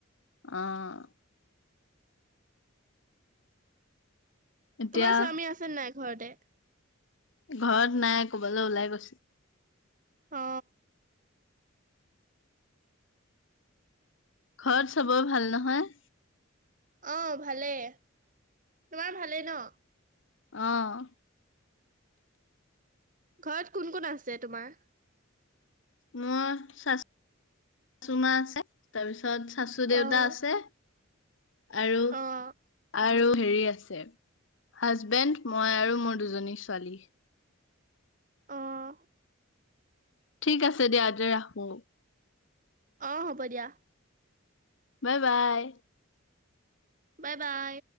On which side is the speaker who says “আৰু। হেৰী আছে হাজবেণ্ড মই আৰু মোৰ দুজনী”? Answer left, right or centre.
Left